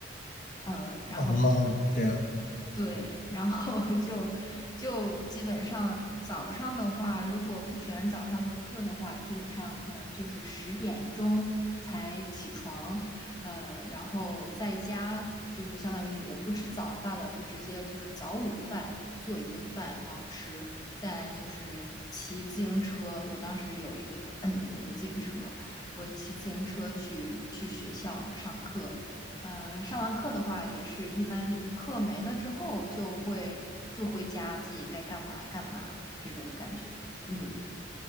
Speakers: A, on the left; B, on the left.
A: 嗯，然后
B: 哦，这样，
A: 对，然后 <laughs> 就就基本上早上的话，如果不选早上的课的话，基本上可能就是十点钟才起床，呃，然后在家就是相当于也不吃早饭了，就直接就是早午饭做一顿饭，然后吃，再就是骑自行车。我当时有一个 <clears throat> 有一个自行车，我骑自行车去去学校上课。呃，上完课的话，也是一般就是课没了之后就会就回家自己该干嘛干嘛这种感觉。嗯。